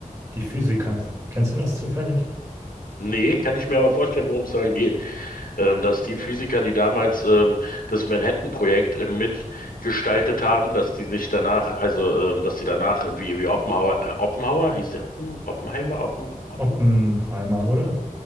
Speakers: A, on the right; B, on the left.
A: Die Physiker. Kennst du das zufällig?
B: Nee, kann ich mir aber vorstellen, worum es daran geht. ähm, dass die Physiker, die damals ähm, das Manhattan-Projekt äh, mitgestaltet haben, dass die sich danach, also ähm, dass die danach wie, wie Oppenhauer, äh, Oppenhauer, hieß der Oppen, Oppenheimer, Oppen, Oppen?
A: Oppenheimer, oder?